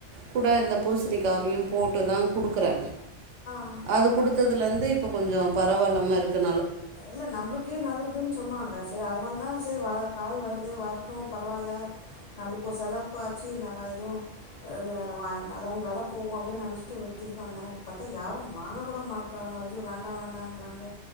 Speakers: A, on the right; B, on the left.
A: கூட
B: ஆ
A: இந்த பூசணிக்காவயு போட்டு தா குடுக்கறே
B: ஆ
A: அது குடுத்ததுலர்ந் து இப்ப கொஞ்சோ பரவால்லாம இருக்கு
B: இல்ல நம்ப்ளுக்கே நல்லதுன் சொன்னாங்க சேரி அதனால் தா சேரி வர காய் வருது வரட்டு பரவால்ல நம்ளுக்கு ஒரு செலவுக்கு ஆச்சு நல்லா இதுவு அது வேற வா நல்லாவு வெல போவு அப்டின் நெனச்சிட்டு விட்டு இது பண்ணே பாத்தா யாரு வாங்க கூட மாட்றாங்க ஐயோ வேண்டா வேண்டாங்கறாங்க